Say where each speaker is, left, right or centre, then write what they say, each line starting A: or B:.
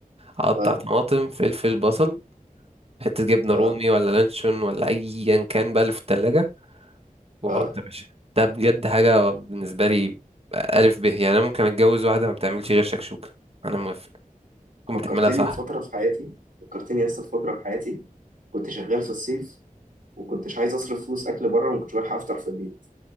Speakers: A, on the right (about 45°); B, on the right (about 70°).
A: اقطع
B: اه
A: طماطم فلفل بصل حتة جبنة
B: اه
A: رومي ولا لانشون ولا أيا كان بقى اللي في التلاجة وحط
B: اه
A: يا باشا ده بجد حاجة بالنسبة لي ألف ب يعني أنا ممكن أتجوز واحدة ما بتعملش غير شكشوكة أنا موافق تكون
B: فكرتني
A: بتعملها صح
B: بفترة في حياتي فكرتني لسه في فترة في حياتي كنت شغال في الصيف وكنتش عايز اصرف فلوس اكل بره وما كنتش بلحق افطر في البيت